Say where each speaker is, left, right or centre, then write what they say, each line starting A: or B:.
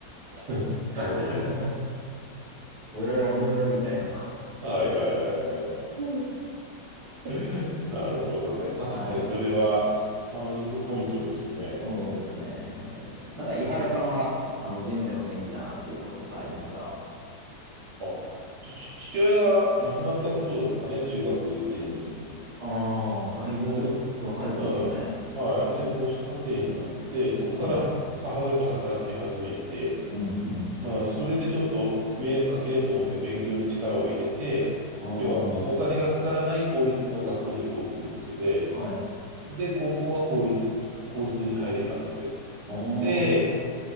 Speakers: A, on the right (about 70°); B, on the right (about 45°).
A: <laughs> なるほど。
B: <laughs> おー、危ねえ、みたいな。
A: はいはいはいはいはい。
B: うん
A: <laughs> なるほどね。確かにそれはターニングポイントですよね。
B: はい。そうですね。
A: うん
B: なんか、井原さんは、あの、人生の転機だなっていうこととかありました
A: あ、ち、ち父親が亡くなったことですかね。中学1年の時に。
B: ああ、だいぶ若い頃ですよね。
A: なんで、うん。はい。で、母子家庭になって、そこから母親が働き始めて、
B: はい。うん、うん。
A: うん、それでちょっと迷惑かけれんと思って勉強に力を入れて、
B: あ
A: 要はお、お金がかからない公立の学校に行こうということで、
B: あ、はい。
A: で、高校は公立、公立に入れたんですよ。
B: ああ、
A: で、